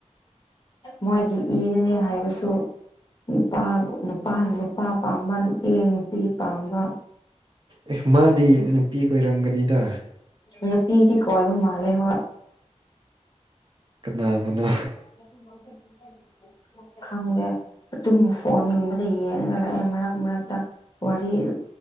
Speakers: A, on the left; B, on the right.
A: ꯃꯣꯏꯒꯤ ꯏꯅꯅꯦ ꯍꯥꯏꯔꯁꯨ ꯅꯨꯄꯥ ꯅꯨꯄꯥꯅ ꯅꯨꯄꯥ ꯄꯥꯝꯕ ꯅꯨꯄꯤꯅ ꯅꯨꯄꯤ ꯄꯥꯝꯕ
B: ꯑꯦ ꯃꯥꯗꯤ ꯅꯨꯄꯤ ꯑꯣꯏꯔꯝꯒꯅꯤꯗ
A: ꯅꯨꯄꯤꯗꯤ ꯀꯣꯏꯕ ꯃꯥꯜꯂꯦ ꯍꯣꯏ
B: ꯀꯅꯥꯕꯅꯣ
A: ꯃꯦ ꯈꯪꯗ꯭ꯔꯦ ꯑꯗꯨꯨꯝ ꯐꯣꯟꯒꯨꯝꯕꯗ ꯌꯦꯡꯉꯒ ꯂꯥꯛꯑꯦ ꯃꯔꯛ ꯃꯔꯛꯇ ꯋꯥꯔꯤꯜ